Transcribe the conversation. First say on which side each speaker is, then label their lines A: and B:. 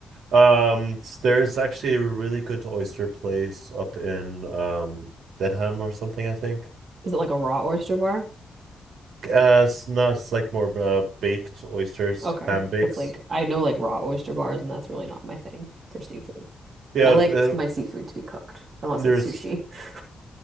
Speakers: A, on the right (about 85°); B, on the right (about 50°).
A: Um there's actually a really good oyster place up in um Dedham or something, I think.
B: <laughs> Is it like a raw oyster bar?
A: Uh it's not it's like more uh, baked oysters,
B: Okay,
A: clam bakes.
B: 'cause like I know like raw oyster bars and that's really not my thing for seafood.
A: Yeah,
B: I liked
A: uh,
B: my seafood to be cooked, unless
A: there's
B: it's sushi. <laughs>